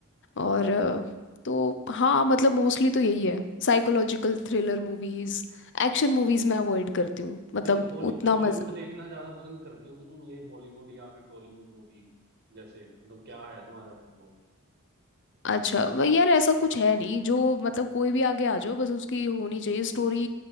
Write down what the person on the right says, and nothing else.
नहीं हॉली
हॉलीवुड
देखना ज्यादा पसंद करती हो कि तुम ये बॉलीवुड या फिर टॉलीवुड मूवी जैसे मतलब क्या है तुम्हारा वो